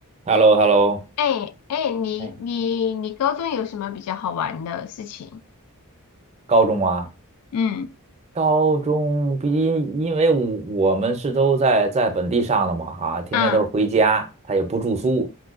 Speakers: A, on the right (about 30°); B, on the left (about 85°).
A: h e l l o h e l l o
B: 哎哎，你你你高中有什么比较好玩的事情？
A: 哎，高中啊，
B: 嗯，
A: 高中毕竟因为我我们是都在在本地上的嘛，哈、天天都是回家，
B: 嗯，
A: 他也不住宿，